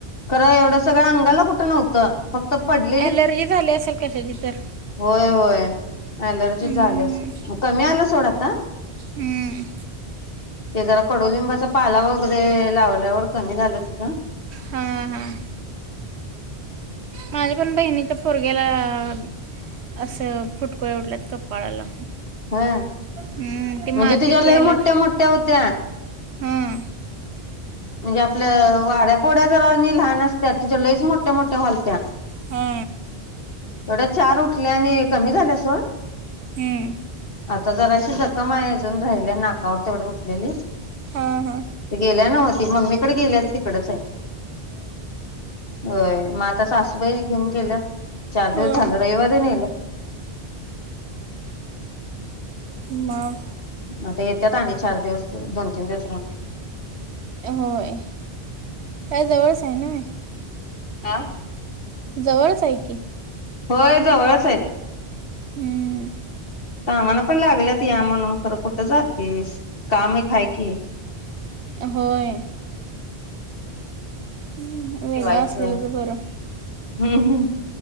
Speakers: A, on the left; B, on the right.
A: खर एवढं सगळ अंगाला कुठं नव्हतं फक्त पडली
B: अँलर्जी झाली असेल कशाची तर
A: होय होय अँलर्जी
B: हम्म.
A: झाली असलं मग कमी आलं स सोड आता
B: हम्म.
A: ते जरा कडुलिंबाचा पाला वगैरे लावल्यावर कमी झालं तिचं
B: हां हां माझ्या पण बहिणीच्या पोरग्या गेला असं फुटकोळ्या उठल्यात कपाळाला
A: हा
B: हम्म, ते माती
A: म्हणजे तुझ्या लय
B: केल्यात
A: मोठ्या मोठ्या होत्या
B: हां
A: म्हणजे आपल्या वाऱ्या फोड्या जरा नी लहान असत्यात तिच्या लईच मोठ्या मोठ्या झालत्या
B: हा
A: तेवढ्या चार उठल्या आणि कमी झाल्या सोड
B: हम्म,
A: आता जराशी जखम आहे अजून राहिल्या नाकावर तेवढी उठलेली
B: हा हा
A: ते गेल्या नव्ह ती मम्मीकडे गेल्यात तिकडच आहे होय मग आता सासूबाई घेऊन गेल्यात चार दिवस
B: हां
A: झालतं रविवारी नेल्यात
B: म
A: आता येत्यात आणि चार दिवस दोन तीन दिवस राहू
B: होय काय जवळच हाय नाय
A: आं
B: जवळच हाय की
A: होय जवळच आहे.
B: हम्म
A: आम्हाला पण लागल्यात या म्हणून खरं कुठं जातीस काम एक हाय की
B: होय हं
A: शिवायचं
B: वेगळ असलेलंच बरं.
A: हम्म हम